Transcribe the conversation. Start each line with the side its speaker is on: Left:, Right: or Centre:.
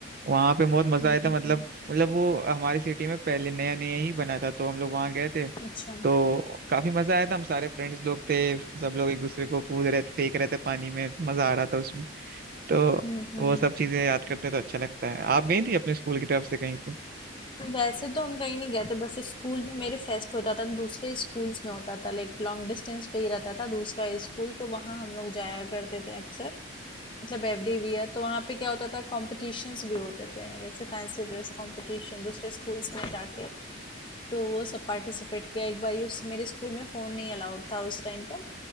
Right: वहाँ पे बहुत मजा
Left: हम्म
Right: आया
Left: हम्म
Right: था मतलब
Left: हम्म।
Right: मतलब वो हमारी सिटी में पहले नया नया ही बना था तो हम लोग वहाँ गए थे
Left: अच्छा
Right: तो काफी मजा आया था हम सारे फ्रेंड्स लोग थे सब लोग एक दूसरे को कूद रहे थे फेंक रहे थे पानी में मजा आ रहा था उसमें तो
Left: हम्म हम्म
Right: वो सब चीजें याद करते हैं तो अच्छा लगता है आप गई थी अपने स्कूल की तरफ से कहीं पे
Left: वैसे तो हम कहीं नहीं गए थे बस स्कूल में मेरे फेस्ट होता था दूसरे स्कूल्स में होता था लाइक लॉन्ग डिस्टेंस पे ही रहता था दूसरा स्कूल तो वहाँ हम लोग जाया करते थे अक्सर मतलब एवरी ईयर तो वहाँ पे क्या होता था कॉम्पिटिशन्स भी होते थे जैसे फैंसी ड्रेस कॉम्पिटिशन दूसरे स्कूल्स में जाके तो वो सब पार्टिसिपेट किया एक बार ये उस मेरे स्कूल में फ़ोन नहीं अलाउड था उस टाइम पे